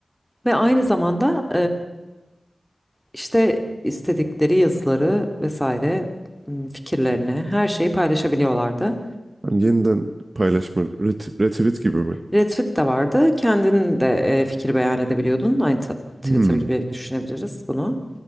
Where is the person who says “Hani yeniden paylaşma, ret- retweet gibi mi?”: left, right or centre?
Right